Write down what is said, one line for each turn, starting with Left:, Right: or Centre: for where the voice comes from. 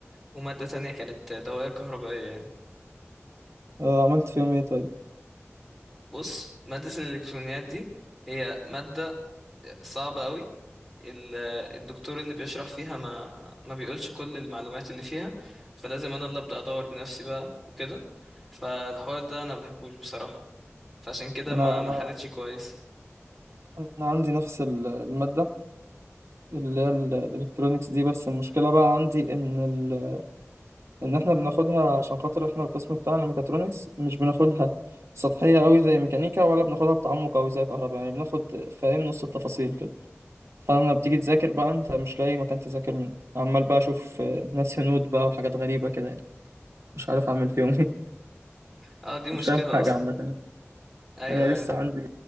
Centre: وماده تانية كانت دوائر كهربائيه يعني
Right: آه عملت فيهم ايه طيب
Centre: بص ماده الالكترونيات دي هي ماده صعبه أوي ال- الدكتور اللي بيشرح فيها ما ما بيقولش كل المعلومات اللي فيها فلازم انا اللي ابدا ادور بنفسي بقى وكده فالحوار ده انا بحبوش بصراحة فعشان كده
Right: انا
Centre: ما
Right: انا
Centre: ما حلتش كويس
Right: انا عندي نفس ال- الماده اللي هي ال- الالكترونيكس دي بس المشكله بقى عندي ان ال... ان احنا بناخدها عشان خاطر احنا القسم بتاعنا ميكاترونكس مش بناخدها سطحيه قوي زي ميكانيكا ولا بناخدها بتعمق قوي زي كهرباء يعني بناخد فاهم نص التفاصيل كده فانا بتيجي تذاكر بقى انت مش لاقي مكان تذاكر منه عمال بقى اشوف آه، ناس هنود بقى وحاجات غريبة كده يعني مش عارف اعمل فيهم ايه
Centre: اه
Right: <laughs>
Centre: دي مشكلة
Right: مش فاهم حاجة
Centre: اصلا
Right: عامة يعني.
Centre: ايوه
Right: انا لسه
Centre: ايوه
Right: عندي